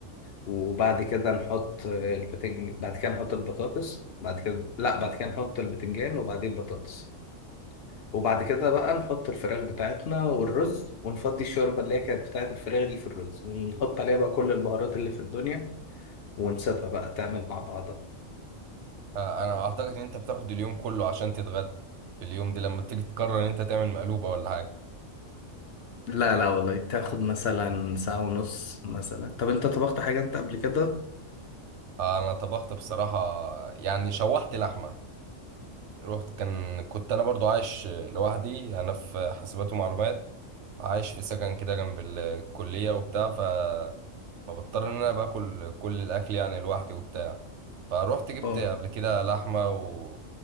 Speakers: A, on the left; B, on the right.
A: وبعد كده نحط البتنج بعد كده نحط البطاطس بعد كده لا بعد كده نحط البتنجان وبعدين البطاطس وبعد كده بقى نحط الفراخ بتاعتنا والرز ونفضي الشوربة اللي هي كانت بتاعت الفراخ دي في الرز ونحط عليها بقى كل البهارات اللي في الدنيا ونسيبها بقى تعمل مع بعضها
B: آه، انا اعتقد ان انت بتاخد اليوم كله عشان تتغدى في اليوم دي لما بتيجي تقرر ان انت تعمل مقلوبة ولا حاجة
A: لا لا والله بتاخد مثلا ساعة ونص مثلا طب انت طبخت حاجة انت قبل كده؟
B: آه، انا طبخت بصراحة يعني شوحت لحمة رحت كان كنت انا برضو عايش لوحدي انا في حاسبات ومعلومات عايش في سكن كده جنب الكلية وبتاع ف فبضطر ان انا باكل كل الاكل يعني لوحدي وبتاع فروحت جبت
A: اه
B: قبل كده لحمة و